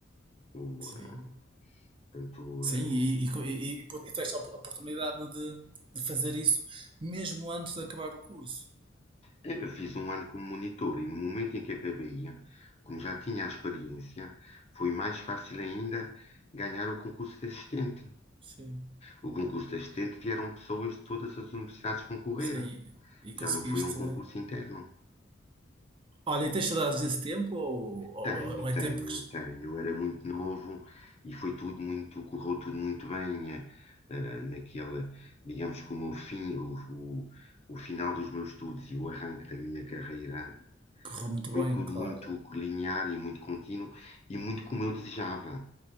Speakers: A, on the left; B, on the right.
A: o,
B: Sim.
A: eh, portanto,
B: Sim,
A: eh,
B: e, e, co- e, e po- e tens a op- a oportunidade de, de fazer isso mesmo antes de acabar o curso.
A: Eu fiz um ano como monitor e no momento em que acabei, como já tinha a experiência, foi mais fácil ainda ganhar o concurso de assistente.
B: Sim.
A: O concurso de assistente vieram pessoas de todas as universidades concorrer,
B: Sim, e
A: já
B: conseguiste.
A: não foi um concurso interno.
B: Olha, e tens saudades desse tempo ou, ou,
A: Tenho,
B: ou
A: tenho,
B: é tempo que
A: tenho. Eu era muito novo e foi tudo muito, correu tudo muito bem eh, eh, naquela, digamos que o meu fim, o, o, o final dos meus estudos e o arranque da minha carreira
B: correu muito
A: Foi
B: bem,
A: tudo
B: claro?
A: muito linear e muito contínuo e muito como eu desejava,